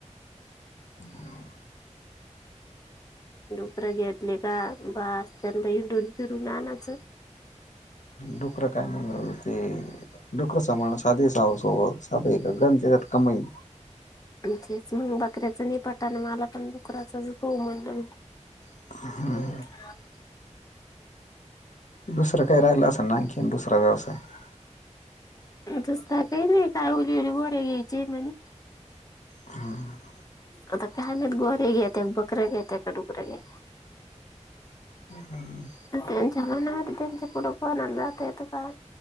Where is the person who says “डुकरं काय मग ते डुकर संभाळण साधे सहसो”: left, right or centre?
Left